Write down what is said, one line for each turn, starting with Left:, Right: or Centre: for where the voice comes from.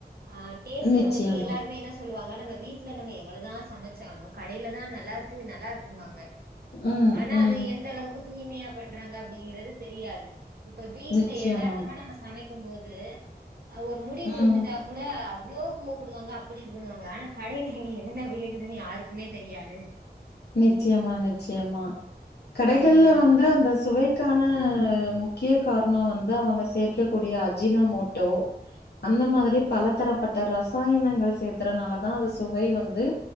Right: ஆ டேஸ்ட்
Left: நிச்சயமா
Right: வந்துட்டு எல்லாருமே என்ன சொல்லுவாங்க நம்ம வீட்ல நம்ம எவ்வளதா சமைச்சாலு கடைல தா நல்லா இருக் கு நல்லா இருக்கும்பாங்க
Left: ம்
Right: ஆனா
Left: ம்
Right: அது எந்தளவுக்கு தூய்மையா பண்றாங்க அப்டிங்கறது தெரியாது இப்ப வீட்ல
Left: நிச்சயமா
Right: ஏதார்த்தமா நம்ம சமை க்கும்போது அ ஒரு முடி விழுந்துட்டா
Left: ம்
Right: கூட அவ்ளோ கோபப்படுவாங்க அப்டி இது பண்ணுவாங்கனா கடைல அங்க என்னென்ன விழு குதுன்னு யாருக்குமே தெரியாது
Left: நிச்சயமா நிச்சயமா கடைகள்ல
Right: ம்
Left: வந்து அந்த சுவை க்கான முக்கிய காரணம் வந்து அவங்க சேர்க்கக்கூடிய அஜின மோட்டோ அந்த மாதிரி பல தரப்பட்ட ரசாயனங்கள் சேத்தறனாலதா அது சுவை வந்து